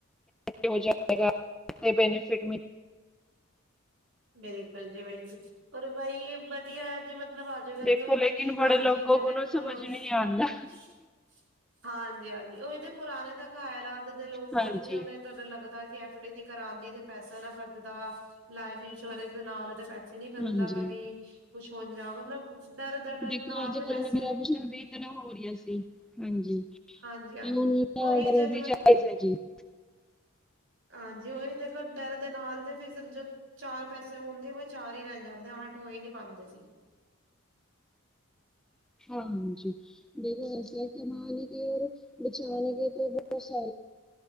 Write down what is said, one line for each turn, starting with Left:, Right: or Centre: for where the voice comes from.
Centre: ਹੋ ਜਾਗਾ ਬੈਨੀਫਿਟ ਮ <unintelligible>
Right: ਬਿਲਕੁਲ ਜੀ- ਬਿਲਕੁਲ ਪਰ ਐ ਬ ਈ ਵਧੀਆ ਜੀ ਮਤਲਬ ਜੋ ਕੱਲ
Centre: ਦੇਖੋ
Right: ਤੋਂ ਇਤਨੀ
Centre: ਲੇਕਿਨ ਬੜੇ
Right: ਸਾਰੀ
Centre: ਲੋਗੋ
Right: ਚੀਜ਼ ਹੈ
Centre: ਕੋ
Right: ਟੈਕਨੋਲੋਜੀ।
Centre: ਨੂੰ ਸਮਝ ਨਹੀਂ ਆਂਦਾ
Right: ਹਾਂਜੀ -ਹਾਂਜੀ ਔਹੀ ਤੇ ਪੁਰਾਣੇ ਤਾਂ ਖਾਇਲਾਤ ਦੇ ਲੋਕ
Centre: ਹਾਂਜੀ।
Right: ਹੁੰਦੇ ਸੀ ਔਨਾ ਨੇ ਤਾਡੇ ਤਾਂ ਕਿ ਐਫ ਡੀ ਕਰਾਂਦੀ ਤੇ ਪੈਸਾ ਨਾ ਫਜਦਾ ਲਾਈਫ ਇੰਸ਼ੋਰੈਂਸ ਦੇ ਨਾਲ ਪੈਸ ਏ ਨੀ ਫਲਦਾ
Centre: ਹਾਂਜੀ
Right: ਕਬੀ ਕੁਛ ਹੋ ਜਾਵੋ ਮਤਲਬ ਡਰ ਦਾ ਡਰ
Centre: ਦੇਖੋ
Right: ਨਾਲ
Centre: ਅੱਜ
Right: ਤੇ
Centre: ਕੱਲ
Right: ਪੈਸੇ
Centre: ਨਿਗਰਾਸ਼ਨ ਵੀਹ ਹੋ ਰਆ ਸੀ ਹਾਂਜੀ
Right: ਹਾਂਜੀ-ਹਾਂਜੀ
Centre: ਤੇ ਹੁਣ
Right: ਉਹੀ ਜਦ ਮਤਲਬ
Centre: ਚ ਹੈ ਜੀ <unintelligible>
Right: ਹਾਂਜੀ ਔਈ ਦੇਖੋ ਡਰ ਦੇ ਨਾਲ ਦੇ ਨ ਈ ਸਰਜੁਗ ਚਾਰ ਪੈਸਾ ਹੁੰਦੇ ਔ ਚਾਰ ਈ ਰੈ ਜਾਂਦਾ ਆੱਠ ਹੋ ਈ ਨੀ ਪਾਦੇ ਸੀ।
Centre: ਹਾਂਜੀ। ਦੇਖੋ ਐਸਾ ਹੈ ਕਮਾਨੀ ਕਿ ਔਰ ਬਚਾ ਕੇ ਬੋਤ ਸਾਰੇ